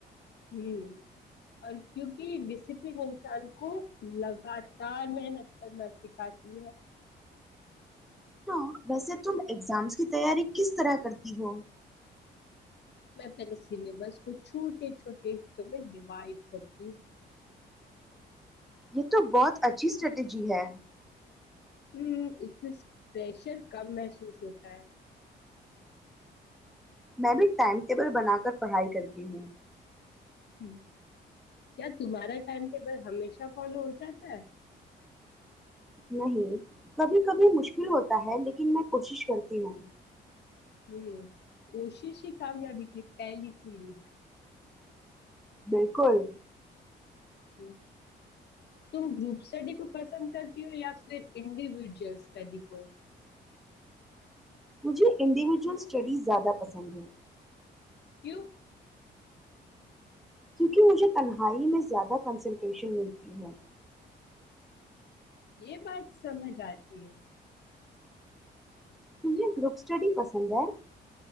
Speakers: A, on the left; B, in the centre.
A: ہ اور کیونکہ ڈسپلن انسان کو لگاتار محنت کرنا سکھاتی ہے
B: ہاں ویسے تم اگزامس کی تیاری کس طرح کرتے ج ہو <unintelligible>
A: میں اپنے سلیبس کو چھوٹے چھوٹے حصوں میں ڈیوائڈ کرتی ہوں
B: یہ تو بہت اچھی سٹریٹجی ہے
A: ہ ات <unintelligible> پریشر کم محسوس ہوتا ہے
B: میں بھی ٹائم ٹیبل بنا کر پڑھائی کرتی ہوں
A: ہ کیا تمہارا ٹائم کے بس ہمیشہ فالو ہو جاتا ہے
B: نہیں کبھی کبھی مشکل ہوتا ہے لیکن میں کوشش کرتی ہوں
A: ہوں کوشش ہی کامیابی کی پہلی سیڑھی ہے
B: بالکل
A: ہ تم گروپ اسٹڈی کو پسند کرتی ہو یا پھر انڈیویجئل اسٹڈی کو
B: مجھے انڈیویجول اسٹڈیز زیادہ پسند ہیں
A: کیو <unintelligible>
B: کیونکہ مجھے تنہائی میں زیادہ کنسنٹریشن ملتی ہے
A: یہ بات سمجھ آتی ہ
B: تمہیں گروپ سٹڈی پسند ہے